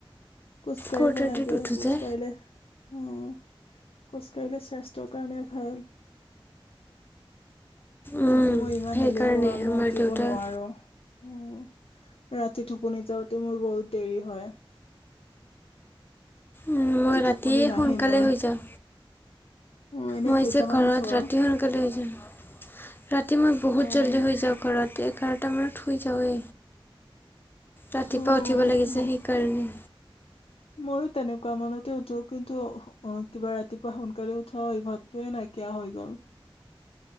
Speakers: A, on the left; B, on the left.
A: খোজকাঢ়িব
B: ফ'ৰ থাৰ্টিত
A: লাগে,
B: উঠো
A: খোজ
B: যে
A: কাঢ়িলে অঁ খোজ কাঢ়িলে স্বাস্থ্যৰ কাৰণে ভাল।
B: উম
A: কিন্তু মই ইমান
B: সেইকাৰণে
A: এলেহুৱা মই
B: আমাৰ
A: উঠিব
B: দেউতাই
A: নোৱাৰো উম। ৰাতি টোপনি যাওঁতেও মোৰ বহুত দেৰি হয়।
B: উম মই ৰাতি
A: টোপনি নাহে
B: সোনকালে
A: মোৰ।
B: শুই যাওঁ।
A: উম, এনে
B: মই
A: কেইটামানত
B: যে ঘৰত
A: হয়।
B: ৰাতি সোনকালে শুই যাওঁ। ৰাতি মই বহুত
A: উম,
B: জল্দি শুই যাওঁ ঘৰত এঘাৰটা মান শুই যাওঁৱে, ৰাতিপুৱা
A: উম,
B: উঠিব লাগে যে সেইকাৰণে।
A: ময়ো তেনেকুৱা মনতে উঠো কিন্তু অ কিবা ৰাতিপুৱা সোনকালে উঠা অভ্যাস টোৱে নাইকিয়া হৈ গ'ল।